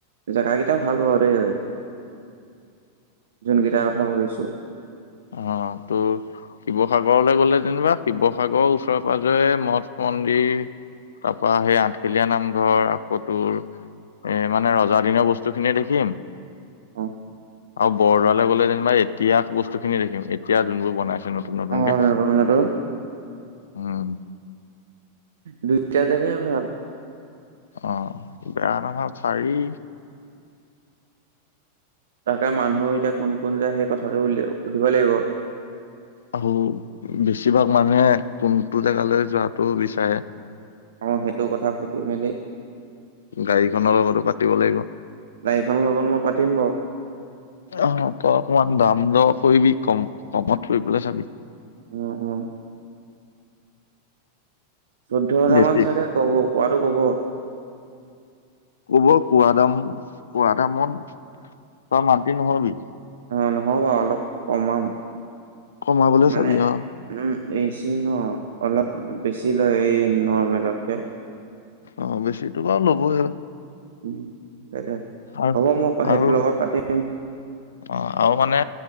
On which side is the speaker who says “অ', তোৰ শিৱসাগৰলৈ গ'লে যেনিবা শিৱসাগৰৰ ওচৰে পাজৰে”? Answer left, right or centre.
Left